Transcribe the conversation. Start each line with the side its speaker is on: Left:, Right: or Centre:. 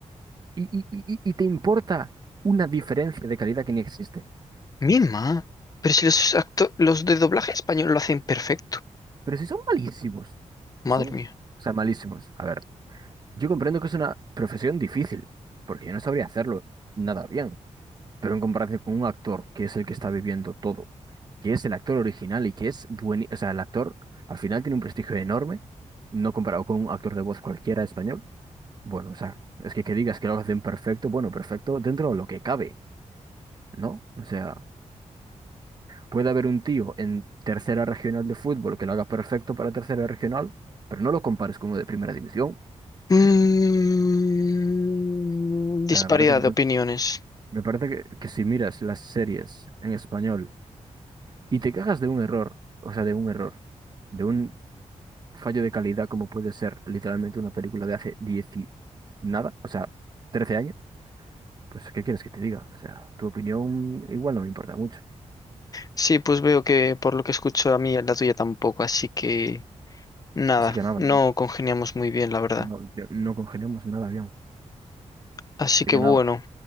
Right: y, y- y- y- y te importa una diferencia de calidad que ni existe.
Left: Misma. Pero si los acto- los de doblaje español lo hacen perfecto.
Right: Pero si son malísimos,
Left: Madre
Right: son,
Left: mía.
Right: o sea, malísimos. A ver, yo comprendo que es una profesión difícil, porque yo no sabría hacerlo nada bien, pero en comparación con un actor que es el que está viviendo todo, que es el actor original y que es bueno, o sea, el actor al final tiene un prestigio enorme, no comparado con un actor de voz cualquiera español. Bueno, o sea, es que que digas que lo hacen perfecto, bueno, perfecto dentro de lo que cabe, ¿no? O sea, puede haber un tío en tercera regional de fútbol que lo haga perfecto para tercera regional, pero no lo compares con uno de primera división. O
Left: Mm, disparidad
Right: sea, me parece que, no-
Left: de opiniones.
Right: me parece que, que si miras las series en español y te quejas de un error, o sea, de un error, de un fallo de calidad como puede ser literalmente una película de hace 10 y nada, o sea, 13 años, pues ¿qué quieres que te diga? O sea, tu opinión igual no me importa mucho.
Left: Sí, pues veo que por lo que escucho a mí, la tuya tampoco. Así que nada,
Right: Así que nada.
Left: no congeniamos muy bien, la verdad.
Right: No, yo- no congelamos nada bien.
Left: Así
Right: Así
Left: que
Right: que
Left: bueno,
Right: nada,